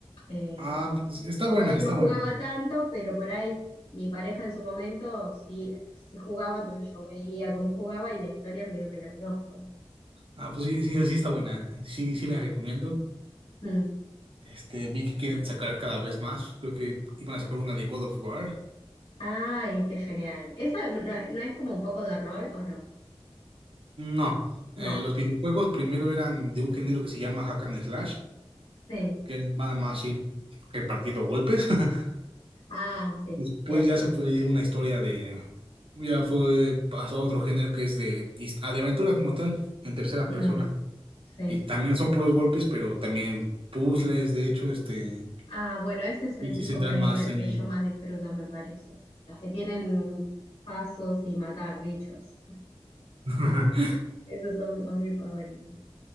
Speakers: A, on the left; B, on the right.
A: eh,
B: Ah, pues, está
A: yo
B: buena,
A: por ahí no
B: está
A: jugaba
B: buena.
A: tanto, pero por ahí mi pareja en su momento sí, sí jugaba, entonces yo veía cómo jugaba y la historia medio que la conozco.
B: Ah, pues sí, sí, sí está buena. Sí, sí la recomiendo.
A: Mm.
B: Este, vi que quieren sacar cada vez más. Creo que iban a sacar una de God of War.
A: Ay, qué genial. ¿Esa no, no es como un poco de rol o no?
B: No,
A: No,
B: eh, los videojuegos primero eran de un género que se llama Hack and Slash,
A: sí.
B: que es nada más ir repartiendo golpes. <laughs>
A: Ah, sí,
B: Después
A: bien.
B: ya se fue una historia de, ya fue, pasó a otro género que es de, his- ah, de aventura como tal, en tercera
A: Mm,
B: persona.
A: sí.
B: Y también son puros golpes, pero también puzzles, de hecho, este,
A: Ah, bueno, ese es el
B: y sí
A: tipo
B: se centran
A: que a mí
B: más
A: me,
B: en...
A: que yo más disfruto, me parece. Los que tienen pasos y matar bichos.
B: <laughs>
A: <laughs> Esos son los mis favoritos.